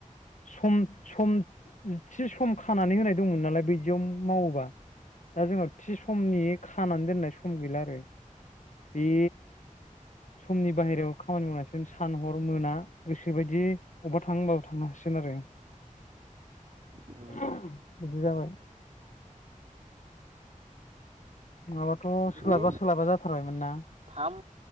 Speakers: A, on the left (about 65°); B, on the right (about 55°).
A: सम सम थय <unintelligible> सम खानानै होनाय दंमोन नालाय बिदियाव मावोबा। दा जोंनाव थि समनि खानानै दोननाय सम गैला आरो। बे समनि बाहेरायाव खामानि मावनांसिगोन सान हर मोना गोसो बायदि अबेबा थाङो होनबाबो थांनो हासिगोन। आरो
B: औ
A: <inaudible> बिदि जाबाय नङाबाथ' सोलाबा
B: बे
A: सोलाबा जाथारबायमोन ना।
B: थाम